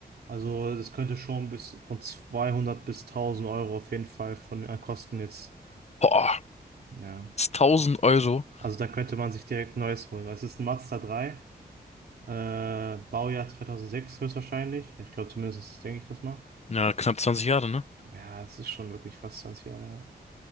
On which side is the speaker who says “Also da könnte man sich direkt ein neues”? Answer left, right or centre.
Right